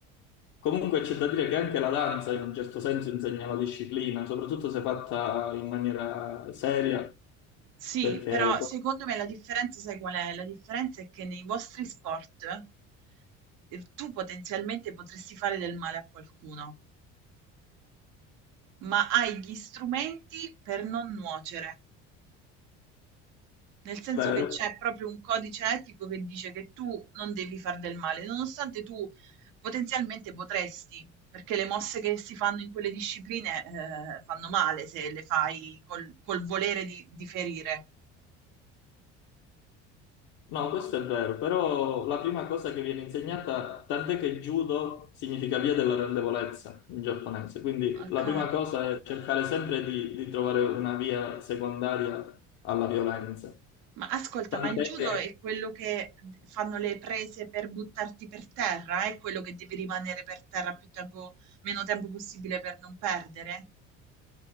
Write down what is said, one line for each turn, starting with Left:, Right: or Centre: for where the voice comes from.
Left: comunque c'è da dire che anche la danza in un certo senso insegna la disciplina, soprattutto se fatta in maniera seria,
Right: Sì,
Left: perché...
Right: però secondo me la differenza, sai qual è? La differenza è che nei vostri sport eh, tu potenzialmente potresti fare del male a qualcuno. Ma hai gli strumenti per non nuocere. Nel senso
Left: Vero.
Right: che c'è proprio un codice etico che dice che tu non devi far del male, nonostante tu potenzialmente potresti, perché le mosse che si fanno in quelle discipline, eh, fanno male se le fai col, col volere di, di ferire.
Left: No, questo è vero, però la prima cosa che viene insegnata, tant'è che judo significa via della rendevolezza in giapponese, quindi
Right: Ok.
Left: la prima cosa è cercare sempre di, di trovare una via secondaria alla violenza.
Right: Ma ascolta,
Left: Tant'è
Right: ma il judo
Left: che
Right: è quello che d- fanno le prese per buttarti per terra? È quello che devi rimanere per terra più tempo, meno tempo possibile per non perdere?